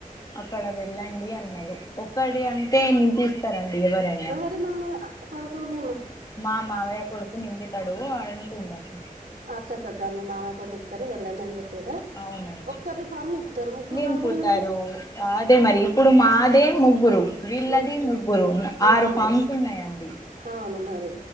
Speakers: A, on the left (about 25°); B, on the right (about 85°).
A: అక్కడ వెళ్ళండి అన్నారు ఒక్కడి అంతే నింపిస్తారంండి ఎవరై
B: ఎవరి మామ కొడుకు మీ మా
A: మా మావయ్య కొడుకు నింపితాడు అంటుందండి
B: అచ్చచ్చచ్చ మీ మామయ్య కొడుకు నింపుతారు వెళ్ళండి అని చెప్పిరా
A: అవునండి
B: ఒక్కరి సామ్ నింపుతారు ముగ్గురు
A: నింపుతారు
B: నలుగురి ఉంటే
A: అదే మరి ఇప్పుడు మాదే ముగ్గురు వీళ్ళది
B: మీ
A: ముగ్గురు
B: ముగ్గురు
A: ఆరు ఫామ్స్ ఉన్నాయండి
B: అవును మరి